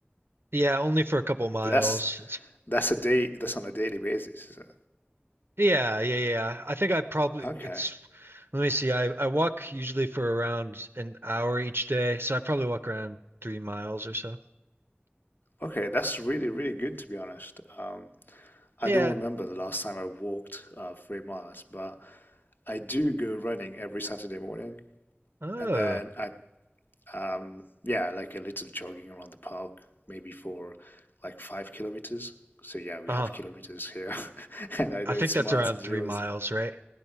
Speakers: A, on the right (about 70°); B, on the left (about 55°).
A: Yeah, only for a couple miles.
B: But that's
A: It's
B: that's a day that's on a daily basis, is it?
A: Yeah, yeah, yeah. I think I probably
B: Okay.
A: it's let me see. I I walk usually for around an hour each day, so I probably walk around three miles or so.
B: Okay, that's really, really good to be honest. Um, I
A: Yeah.
B: don't remember the last time I walked uh, three miles, but I do go running every Saturday morning,
A: Oh.
B: and then I um, yeah, like a little jogging around the park, maybe for like five kilometers. So yeah, we
A: Uh-huh.
B: have kilometers here, <laughs> and I know
A: I think
B: it's
A: that's
B: miles
A: around
B: and
A: three
B: yours.
A: miles, right?